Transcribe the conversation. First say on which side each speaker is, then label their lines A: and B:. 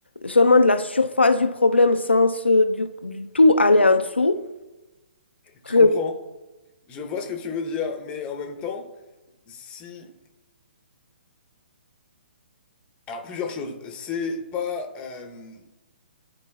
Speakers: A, on the left; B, on the left.
A: seulement de la surface du problème sans se- du, du tout aller en dessous,
B: je
A: que
B: comprends. Je vois ce que tu veux dire, mais en même temps, si... Alors, plusieurs choses. C'est pas... euh,